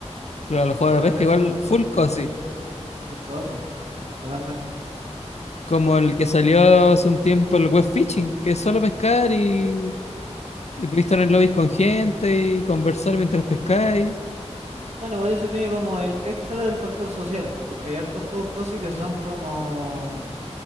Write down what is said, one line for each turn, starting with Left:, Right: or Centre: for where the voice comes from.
Left: Claro, los juegos
Right: que
Left: de
Right: también
Left: pesca igual
Right: son
Left: full cozy.
Right: full cozy, totalmente.
Left: Como el que salió hace un tiempo, el web fishing, que es solo pescar y, y podéis estar en el lobby con gente y conversar mientras pescáis.
Right: Bueno, igual eso tiene como el extra del factor social, porque hay hartos juegos cozy que son como